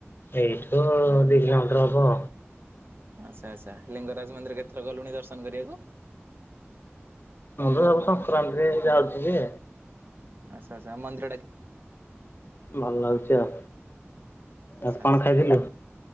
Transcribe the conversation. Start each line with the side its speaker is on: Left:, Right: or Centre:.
Left: ଏଇଠୁ ଦି କିଲମିଟର ହବ।
Right: ଆଚ୍ଛା ଆଚ୍ଛା ଲିଙ୍ଗରାଜ ମନ୍ଦିର କେଥର ଗଲୁଣି ଦର୍ଶନ କରିବାକୁ?
Left: ନ ହେଲେ ଆଉ ସଂକ୍ରାନ୍ତି ରେ ଯାଉଛି ଯେ
Right: ଆଛା ଆଛା ମନ୍ଦି
Left: ଭଲ ଲାଗୁଛି ଆଉ
Right: ଆଚ୍ଛା
Left: ଆ
Right: ଆଚ୍ଛା
Left: କଣ ଖାଇଥିଲୁ?